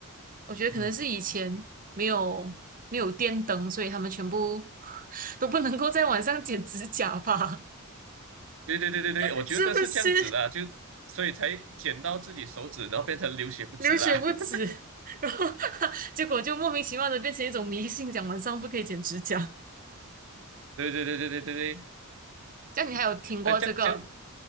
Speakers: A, on the right; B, on the right.
A: 我觉得可能是以前没有没有电灯，
B: 嗯。
A: 所以他们全部 <laughs> 都不能够在晚上剪指甲吧？
B: 对对对对对，
A: <laughs>
B: 我觉得是这样子的，
A: 是不是
B: 就所以才剪到自己手指，然后变成流血不止啦。
A: <laughs> 流血不止？
B: <laughs>
A: 然后 <laughs> 结果就莫名其妙的变成一种迷信，讲晚上不可以剪指甲。
B: 对对对对对对对，
A: 这样你还有听过这个？
B: 呃，这样这样